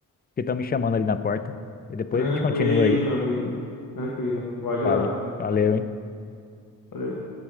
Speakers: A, on the left; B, on the left.
A: porque estão me chamando ali na porta. E depois
B: Tranquilo,
A: a gente continua aí.
B: meu amigo. Tranquilo. Pode
A: Vale-
B: ir lá.
A: Valeu, hein?
B: Valeu.